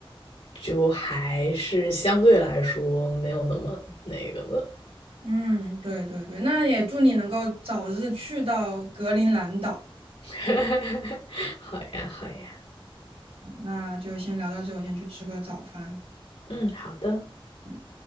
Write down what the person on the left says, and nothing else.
就还是相对来说没有那么那个的。
<laughs> 好呀，好呀，
嗯，好的。